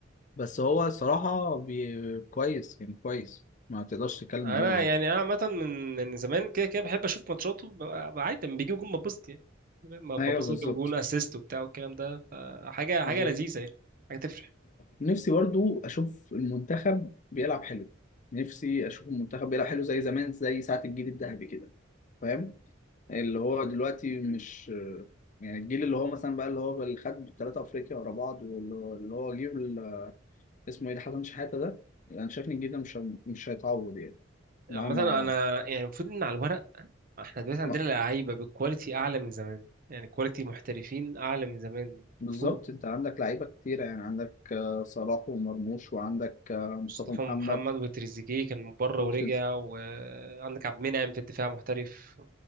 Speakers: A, on the left (about 40°); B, on the right (about 45°).
A: بس هو صراحه بي... كويس يعني كويس ما تقدرش تتكلم
B: أنا
A: عليه يعني
B: يعني أنا عامة من من زمان كده كده بحب أشوف ماتشاته ببقى عادي لما بيجيب جون ببسط يعني لما ببسط
A: ايوه بالظبط
B: جاب جون أسيست وبتاع والكلام ده فحاجة حاجة
A: بالظبط
B: لذيذة يعني حاجة تفرح
A: نفسي برضو اشوف المنتخب بيلعب حلو نفسي اشوف المنتخب بيلعب حلو زي زمان زي ساعة الجيل الذهبي كده فاهم اللي هو دلوقتي مش يعني الجيل اللي هو مثلا بقى اللي هو اللي خد ثلاثة افريقيا ورا بعض واللي هو اللي هو جيل ال- اسمه ايه ده حسن شحاتة ده انا شايف ان الجيل ده مش مش هيتعوض يعني مع
B: مثلا
A: مع
B: أنا يعني المفروض إن على الورق احنا دلوقتي عندنا
A: مع-
B: لعيبه بالكواليتي اعلى من زمان يعني كواليتي محترفين اعلى من زمان
A: بالظبط
B: المفروض
A: انت عندك لعيبة كتيرة يعني عندك آه، صلاح ومرموش وعندك آه، مصطفى
B: مصطفى
A: محمد
B: محمد وتريزيجيه كان من بره
A: وتريز
B: ورجع وعندك عبد المنعم في الدفاع محترف